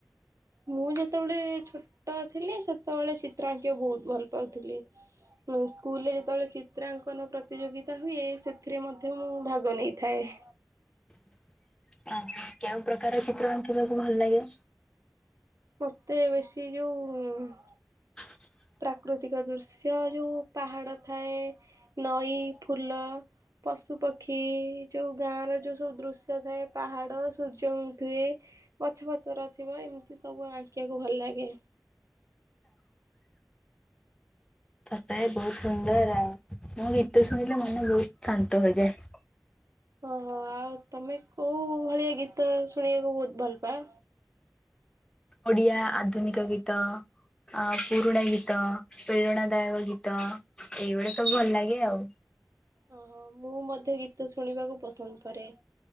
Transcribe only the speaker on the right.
ମୁଁ ଯେତେବେଳେ ଛୋଟ ଥିଲି, ସେତେବେଳେ ଚିତ୍ର ଆଙ୍କିବାକୁ ବହୁତ ଭଲ ପାଉଥିଲି। ଉଁ ସ୍କୁଲରେ ଯେତେବେଳେ ଚିତ୍ରାଙ୍କନ ପ୍ରତିଯୋଗିତା ହୁଏ, ସେଥିରେ ମଧ୍ୟ ମୁଁ ଭାଗ ନେଇଥାଏ।
ମତେ ବେଶୀ ଯୋଉ
ପ୍ରାକୃତିକ ଦୃଶ୍ୟ ଯୋଉ ପାହାଡ଼ ଥାଏ ନଈ ଫୁଲ ପଶୁ ପକ୍ଷୀ ଯୋଉ ଗାଁ ର ଯୋଉ ସବୁ ଦୃଶ୍ୟ ଥାଏ ପାହାଡ ସୂର୍ଯ୍ୟ ଥିବେ ଗଛ ପତର ଥିବ ଏମିତି ସବୁ ଆଙ୍କିଆକୁ ଭଲ ଲାଗେ।
ଓହୋ ଆଉ ତମେ କୋଉ ଭଳିଆ ଗୀତ ଶୁଣିବାକୁ ବହୁତ ଭଲ ପା
ଓହୋ ମୁଁ ମଧ୍ୟ ଗୀତ ଶୁଣିବାକୁ ପସନ୍ଦ କରେ